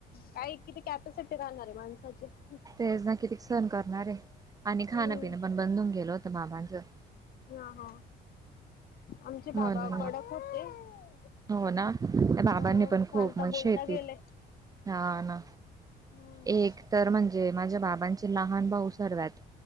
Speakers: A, on the left (about 60°); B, on the right (about 20°).
A: काय किती कॅपॅसिटी राहणार आहे माणसाची <unintelligible>
B: तेच ना किती सण करणार आहे आणि खाण्यापिन
A: हम्म
B: पण बधून गेलो होतं माबांचं <unintelligible>
A: हा हा आमचे
B: म्हणून
A: भाबा
B: मग
A: कडक होते <unintelligible>
B: हो ना त्या बाबांनी
A: हो
B: पण
A: चालता
B: खूप मनसे
A: बोलता
B: येत
A: गेले
B: <unintelligible> हा ना
A: हम्म
B: एक तर म्हणजे माझ्या बाबांची <unintelligible> लहान भाऊ सर्वत